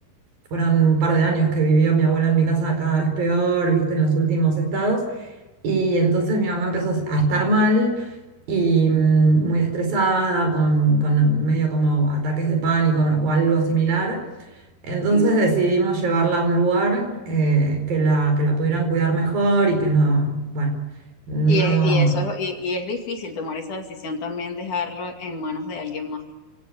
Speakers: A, on the right (about 60°); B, on the left (about 55°).
A: fueron un par de años que vivió mi abuela en mi casa cada vez peor, viste, en los últimos estados. Y entonces mi mamá empezó a estar mal y mm, muy estresada, con, con medio como ataques de pánico o algo similar. Entonces
B: me imagino.
A: decidimos llevarla a un lugar eh, que la, que la pudieran cuidar mejor y que no, bueno, no.
B: Y, es- y eso es, y, y es difícil tomar esa decisión también, dejarlo en manos de alguien más. O